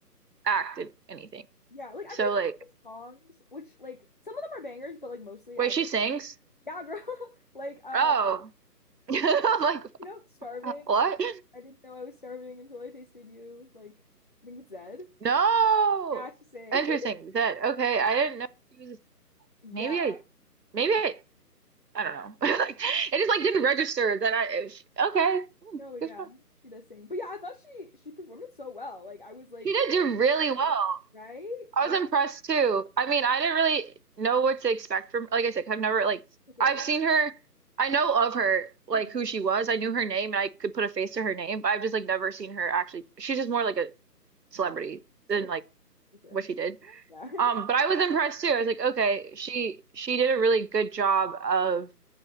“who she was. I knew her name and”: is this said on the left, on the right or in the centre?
Right